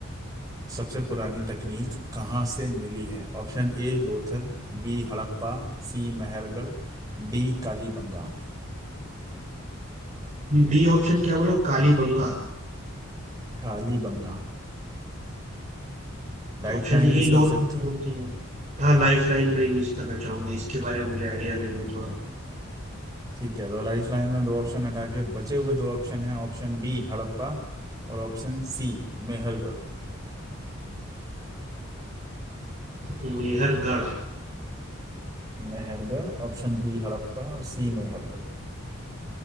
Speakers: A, on the right (about 15°); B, on the right (about 35°).
A: सबसे पुरानी तकनीक कहाँ से मिली है Option A Lothal B Harappa C Mehrgarh D Kalibangan
B: बी ऑप्शन क्या बोला कालीबंगा
A: Kalibangan Lifeline
B: ऑप्शन ए
A: use कर
B: लो
A: सकते हो
B: होते हैं हाँ लाइफ लाइन में यूज करना चाहूंगा इसके बारे में मुझे आइडिया नहीं है थोड़ा
A: ठीक है तो लाइफलाइन में दो ऑप्शन हटा के बचे हुए दो ऑप्शन हैं ऑप्शन बी हड़प्पा और option C Mehrgarh
B: मेहरगढ़
A: Mehrgarh Option B Harappa और सी मेहरगढ़